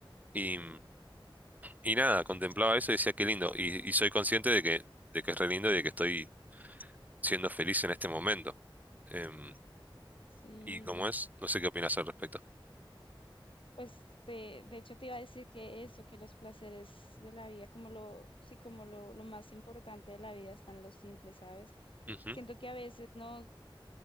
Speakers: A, on the right; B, on the left.
A: Y, y nada, contemplaba eso y decía, qué lindo. Y, y soy consciente de que, de que es re lindo y de que estoy siendo feliz en este momento. Em,
B: Sí.
A: y como es, no sé qué opinas al respecto.
B: Pues te, de hecho te iba a decir que eso, que los placeres de la vida, como lo, sí, como lo, lo más importante de la vida están los simples, ¿sabes?
A: Ujú,
B: Siento que a veces no